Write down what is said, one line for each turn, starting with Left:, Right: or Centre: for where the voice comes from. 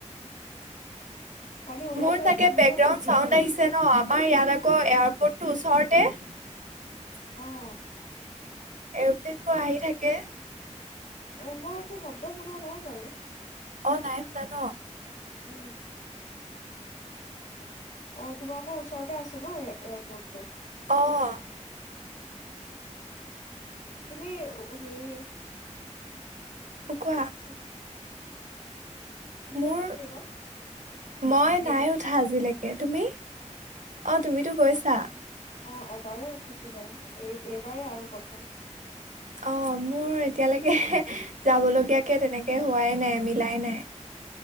Left: কালি ওলাই
Right: মোৰ
Left: যাওঁতেও
Right: চাগে
Left: বহুত
Right: বেকগ্ৰাউণ্ড
Left: ধুলি
Right: চাউণ্ড
Left: পাইছো
Right: আহিছে ন আমাৰ ইয়াত আকৌ এয়াৰপৰ্টটোৰ ওচৰতে
Left: অঁ
Right: এৰপ্লেনবোৰ আহি থাকে
Left: এ মই একো শব্দ শুনা নাই বাৰু
Right: অ নাই শুনা ন
Left: উম অ তোমাৰ আকৌ ওচৰতে আছে ন এয়াৰপৰ্টটো
Right: অ
Left: তুমি হেৰি
Right: অ কোৱা
Left: উঠিছা উঠিছানে
Right: মোৰ
Left: প্লেনত
Right: মই
Left: প্লেনত?
Right: নাই উঠা আজিলৈকে তুমি অ তুমিতো গৈছা
Left: অ এবাৰেই উঠিছো বাৰু এই এইবাৰেই আৰু প্ৰথম
Right: অ মোৰ এতিয়ালৈকে যাবলগীয়াকে তেনেকে হোৱাই নাই মিলাই নাই